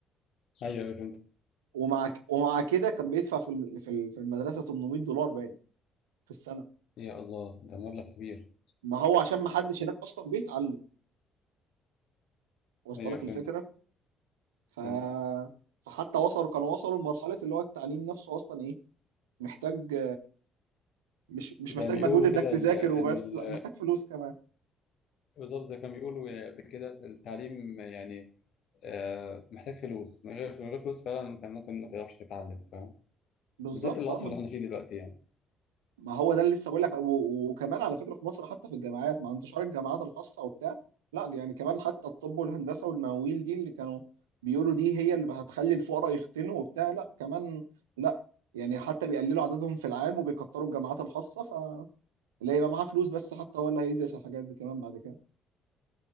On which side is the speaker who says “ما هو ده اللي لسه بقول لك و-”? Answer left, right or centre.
Right